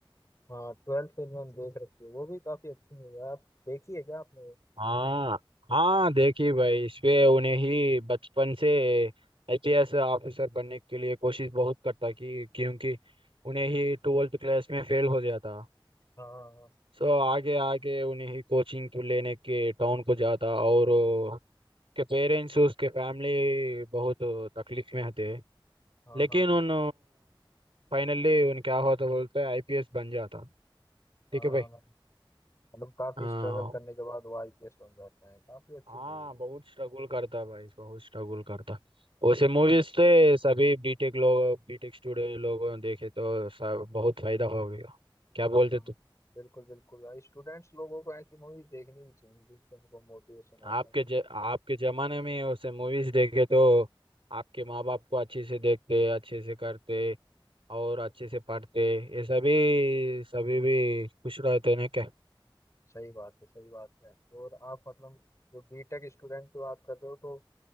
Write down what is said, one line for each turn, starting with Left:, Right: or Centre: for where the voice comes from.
Left: हाँ ट्वेल्थ फेल मैंने देख रखी है वो भी काफी अच्छी मूवी है आप देखी है क्या आपने
Right: हाँ हाँ देखी भाई इसपे उन्हें ही बचपन से आईपीएस ऑफिसर बनने के लिए कोशिश बहुत करता कि क्योंकि उन्हें ही ट्वेल्थ क्लास में फेल हो जाता
Left: हाँ हाँ
Right: सो आगे आगे उन्हें ही कोचिंग को लेने के टाउन को जाता और उसके पेरेंट्स उसके फैमिली बहुत तकलीफ में थे
Left: हाँ
Right: लेकिन
Left: हाँ हाँ
Right: उन फाइनली उन क्या होता बोलते हैं आईपीएस बन जाता ठीक
Left: हाँ,
Right: है भाई
Left: हाँ, मतलब काफी
Right: हाँ
Left: स्ट्रगल करने के बाद वो आईपीएस बन जाता है काफी अच्छी
Right: हाँ
Left: मूवी है।
Right: बहुत स्ट्रगल करता भाई बहुत स्ट्रगल करता उसे मूवीज से सभी बीटेक लोग बीटेक स्टूडेंट लोगों ने देखे तो सब बहुत फायदा हो गया क्या बोलते
Left: हाँ,
Right: तू
Left: बिल्कुल बिल्कुल भाई स्टूडेंट्स लोगों को ऐसी मूवी देखनी भी चाहिए जिससे उनको मोटिवेशन आता
Right: आपके
Left: है
Right: ज, आपके जमाने में उसे मूवीज देखे तो आपके माँ बाप को अच्छे से देखते अच्छे से करते और अच्छे से पढ़ते ये सभी सभी भी खुश रहते हैं ना क्या
Left: सही बात है सही बात है और आप मतलब जो बीटेक स्टूडेंट की बात कर रहे हो तो